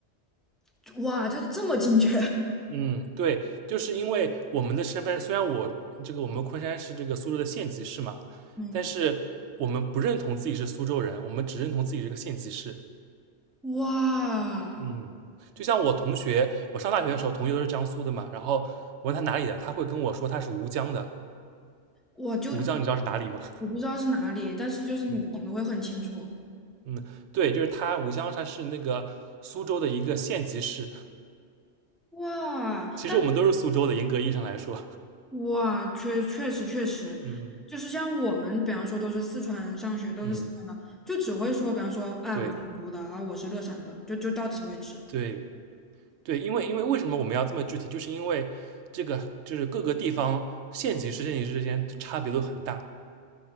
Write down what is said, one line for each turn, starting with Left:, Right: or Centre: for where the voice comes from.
Centre: <laughs> 哇，就这么精确，
Right: 嗯，对，就是因为我们的身份，虽然我这个我们昆山是这个苏州的县级市嘛，
Centre: <laughs> 嗯，
Right: 但是我们不认同自己是苏州人，我们只认同自己这个县级市。
Centre: 哇。
Right: 嗯，就像我同学，我上大学的时候，同学都是江苏的嘛，然后我问他哪里的，他会跟我说他是吴江的。
Centre: 我就
Right: 吴江你知道是哪里吗？
Centre: 我不知道是哪里，但是就是你你们会很清楚。
Right: <laughs> 嗯嗯，对，就是他，吴江他是那个苏州的一个县级市。
Centre: 哇，
Right: 其实我们都是苏州的，
Centre: 但
Right: 严格意义上来说，
Centre: 哇，确确实确实，
Right: <laughs> 嗯
Centre: 就是像我们，比方说都是四川上学，都是四川的，
Right: 嗯，
Centre: 就只会说，比方说，哎，
Right: 对
Centre: 我是成都的，啊，我是乐山的，就就到此为止。
Right: 对对，因为因为为什么我们要这么具体，就是因为这个就是各个地方县级市、县级市之间差别都很大。